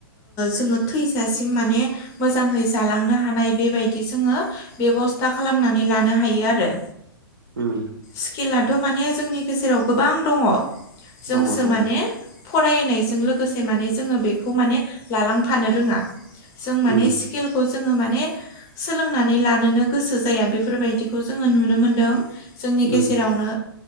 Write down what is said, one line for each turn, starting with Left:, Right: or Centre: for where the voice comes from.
Left: जोङो थैजासिम माने मोजाङै जालांनो हानाय बेबायदि जोङो बेब'स्था खालामनानै लानो हायो आरो।
Right: उम
Left: स्किलाथ' माने जोंनि गेजेराव गोबां दङ जोंसो
Right: दङ दङ
Left: माने फरायनायजों लोगोसे माने जोङो बेखौ माने लालांफानो रोङा। जों माने
Right: उम
Left: स्किलखौ जोङो माने सोलोंनानै लानोनो गोसो जाया बेफोरबायदिखौ जोङो नुनो मोनदों। जोंनि गेजेरावनो
Right: उम